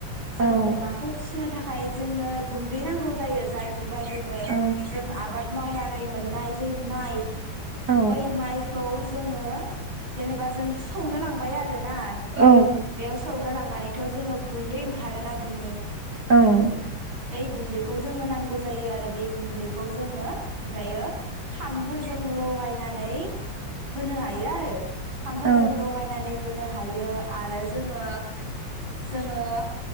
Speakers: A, on the right (about 90°); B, on the right (about 55°).
A: जों
B: ओ औ
A: अमाखौ फिसिनो थाखाय जोंनो गुन्दै नांगौ जायो जाय थुबा जोंङो
B: औ
A: जों आबाद मावनानै मोननाय बै माइ
B: औ
A: बै माइ खौ जोंङो जेनेबा जों सौनो लांबाय आर रोना
B: औ
A: बेयाव सौनो लांनानै थ जोंङो गुन्दै ओंखारोना बिनि
B: औ ओ
A: बेै गुन्दै खौ जोंनो नांगौ जायो आरो बे गुन्दै खौ जोंङो ओमफ्रायो खाम फोरजों लगायनानै होनो हायो आरो खामफोरजों
B: ओं औ ओ
A: लगायनानै होनो हायो आरो जोंङो जोंङो